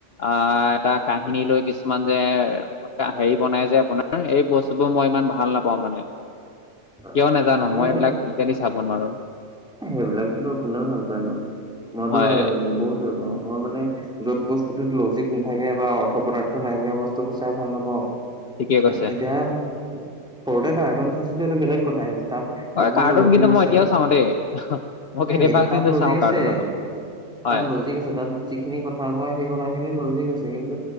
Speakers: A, on the left (about 55°); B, in the centre.
A: আ, এটা কাহিনী লৈ কিছুমান যে কা হেৰি বনাই যে আপোনাৰ, এই বস্তু টো মই ইমান ভাল নাপাওঁ মানে,
B: অ',
A: কিয় নেজানো
B: তাকে
A: মই এইবিলাক টোটেলি চাব নোৱাৰোঁ।
B: এ, সেইবিলাকতো কোনে ভাল পাইনো, মইতো
A: হয়
B: বহুত বেয়া পাওঁ। মই মানে য'ত বস্তুটোত লজিক নাথাকে বা অৰ্থ পদাৰ্থ নাইকিয়া বস্তুবোৰ চাই ভাল নাপাওঁ।
A: ঠিকেই কৈছে
B: এতিয়া সৰুতে কাৰ্টুন চাইছিলোঁ এইটো বেলেগ কথা। তাত
A: হয়
B: আপোনাৰ
A: কাৰ্টুন
B: লজিক
A: কিন্তু
B: আছেতো।
A: <unintelligible>
B: নে সেইটোত তাত
A: কিন্তু
B: লজিক
A: চাওঁ
B: আছে।
A: কাৰ্টুন অলপ হয়
B: তাত লজিক আছে, তাত যিখিনি কথা কয় সেই কথাখিনিৰ লজিক আছে, কিন্তু